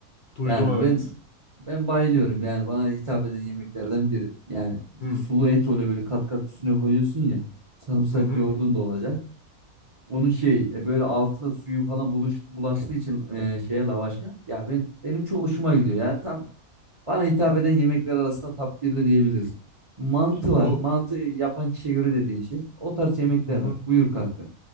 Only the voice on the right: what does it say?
Yani
ben ben bayılıyorum. Yani bana hitap eden yemeklerden biri. Yani bir
de sulu et oluyor böyle kat kat üstüne koyuyorsun ya. Sarımsaklı
yoğurdun da olacak. Onun şey e, böyle altı da suyu falan buluş, bulaştığı için e, şeye lavaşa. Ya ben benim çok hoşuma gidiyor. Ya tam bana hitap eden yemekler arasında top 1'de diyebiliriz. Mantı
var.
Mantı yapan kişiye göre de değişir. O tarz yemekler
var. Buyur kanka.